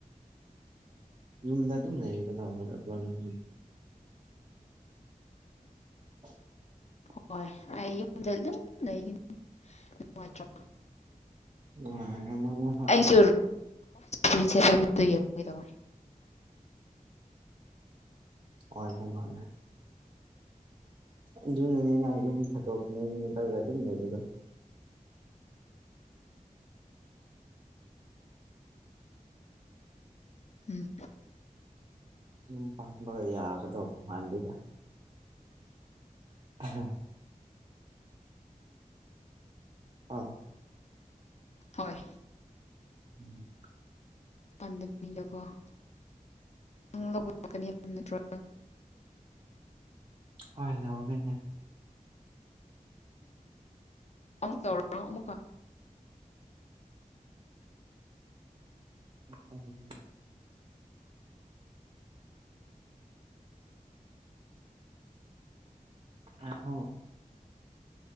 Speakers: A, on the right; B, on the left.
A: ꯌꯨꯝꯗ ꯑꯗꯨꯝ ꯂꯩꯌꯦ ꯀꯩꯗꯧꯕꯅꯣ ꯅꯪꯗꯤ <inaudible>
B: ꯍꯣꯏ ꯑꯩ ꯌꯨꯝꯗ ꯑꯗꯨꯝ ꯂꯩꯀꯅꯤ ꯅꯨꯡꯉꯥꯏꯇ꯭ꯔꯣ
A: ꯅꯨꯡꯉꯥꯏꯔꯝꯃꯔꯣꯏ ꯍꯣꯏ
B: ꯑꯩꯁꯨ ꯔꯤꯁꯦ ꯌꯦꯡꯒ ꯇ <inaudible>
A: ꯑꯣꯏꯕꯥ ꯃꯥꯜꯂꯦ ꯑꯗꯨꯅꯅꯤ ꯌꯨꯝ ꯊꯗꯣꯛꯅꯤꯡꯗ꯭ꯔꯒ ꯑꯗꯨꯝ ꯂꯩꯕꯗꯣ
B: ꯎꯝ
A: ꯌꯨꯝ ꯄꯥꯟꯕꯒ ꯌꯥꯒꯗꯧꯕ ꯃꯥꯟꯗꯦꯗꯥ ꯑ <inaudible> ꯑꯥ
B: ꯍꯣꯏ
A: ꯎꯝ <inaudible>
B: ꯄꯥꯟꯗꯀꯣ ꯂꯧꯕꯀꯅꯤ ꯅꯠꯇ꯭ꯔ <inaudible>
A: ꯍ ꯂꯒꯩꯅ <inaudible>
B: ꯑꯃ ꯇꯧꯔꯛꯑꯣ ꯑꯃꯛ
A: ꯎꯝ ꯑ ꯍ